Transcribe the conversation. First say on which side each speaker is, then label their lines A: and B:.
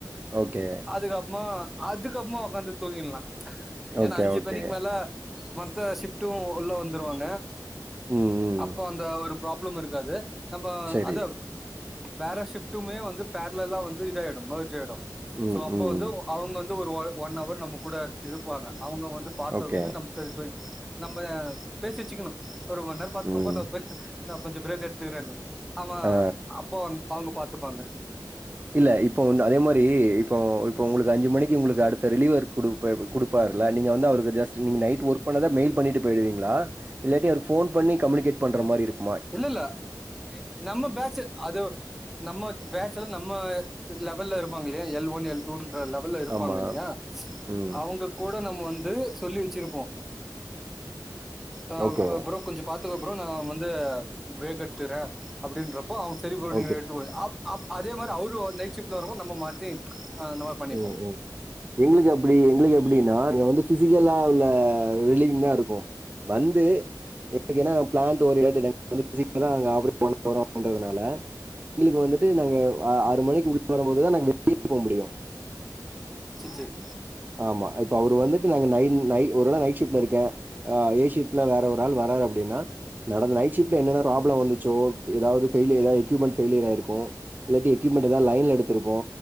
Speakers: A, on the right; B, in the centre.
A: ஓகே
B: அதுக்கப்மா அதுக்கப்மா ஒக்காந்து தூங்கிர்லா
A: ஓகே,
B: ஏனா அஞ்சு
A: ஓகே.
B: மணிக்கு மேல மத்த சிஃப்ட்டு உள்ள வந்துருவாங்க
A: ம், ம்.
B: அப்ப அந்த ஒரு ப்ராப்ளம் இருக்காது நம்ம
A: சரி.
B: அதா வேற ஷிஃப்ட்டுமே வந்து பேரலல்லா வந்து இதாயிடு மெர்ஜ் ஆய்டு
A: ம்,
B: சோ அப்ப
A: ம்.
B: வந்து அவுங்க வந் ஒரு ஒ ஒன் அவர் நம்ம கூட இருப்பாங்க அவுங்க வந்து பாத்தது
A: ஓகே.
B: வந்து நம்ம சரி சரி நம்ம பேசி வச்சுக்கணு ஒரு மண் நேர பாத்துகொபா
A: ம்.
B: நா போய் நா கொஞ்ச பிரேக் எடுத்துக்கிறனு அவ
A: ஆ.
B: அப்போ அவங்க பாத்துப்பாங்க
A: இல்ல இப்போ வந் அதே மாரி இப்போ இப்ப உங்களுக்கு அஞ்சு மணிக்கு உங்களுக்கு அடுத்த ரிலிவர் குடுப்ப குடுப்பா ர்ல நீங்க வந்து அவருக்கு ஜஸ்ட் நீ நைட் ஒர்க் பண்ணத மெய்ல் பண்ணிட்டு போய்டுவிங்ளா இல்லாட்டி அவர்க்கு ஃபோன் பண்ணி கம்யூனிகேட் பண்ற மாரி இருக்
B: இல்லல்ல நம்ம பேட்ச் அது நம்ம பேட்ச் எல்லா நம் நம்ம லெவல்ல இருப்பாங்கல்லயா எல் ஒன் எல் டூ ன்ற லெவல்ல இருப்பாங்க
A: ஆமா.
B: இல்லயா
A: ம்.
B: அவங்க கூட நம்ம வந்து சொல்லி வச்சிருப்போ ஆ
A: ஓகே,
B: ப்ர ப்ரோ கொஞ்ச பாத்துக்க ப்ரோ நா வந் பிரேக் எடுத்துர்ற அப்டின்றப்போ அவுங்க சரி ப்ரோ நீங்க
A: ஓகே.
B: எடுத்துகோ அப் அப் அதே மாரி அவுரு நைட் ஷிஃப்ட்ல வரும் போ நம்ப மாத்தி ஆ அந்த மாரி பண்ணிப்போ
A: ம் ம் எங்ளுக்கு எப்பிடி எங்களுக்கு எப்பிடினா அங்க வந்து ஃபிசி கலா உள்ள ரிலீவிங் தா இருக்கு வந்து எனக் எனா பிளான்ட் ஓரியன்ட அந்த மிஷின்லதா நாங்க ஆபரேட் பண்ண போறோ அப்டின்றதுனால எங்ளுக்கு வந்து நாங்க ஆறு மணிக்கு உள்ள வரும்போதுதா நாங்க வெளியவே போக முடியு
B: சர் சரி
A: ஆமா இப்ப அவரு வந்துட்டு நாங்க நை நை ஒரு வேள நைட் ஷிஃப்ட்ல இருக்கே அ ஏ ஷிஃப் ல வேற ஒரு ஆள் வராரு அப்டினா நடந்த நைட் ஷிஃப்ட்ல என்னெலா பிராப்ள வந்துச்சோ எதாவுது ஃபெய்லியர் ஆயி எக்யூப்மெண்ட்ஸ் ஃபெய்லியராயிருக்கு இல்லாட்டி எக்யூப்மென்ட் எதாது லைன்ல எடுத்துருப்போ